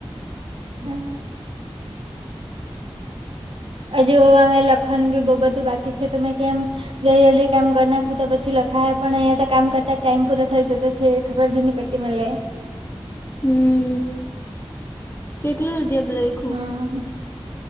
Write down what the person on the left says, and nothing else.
હમ્મ કેટલું જેબ લઈ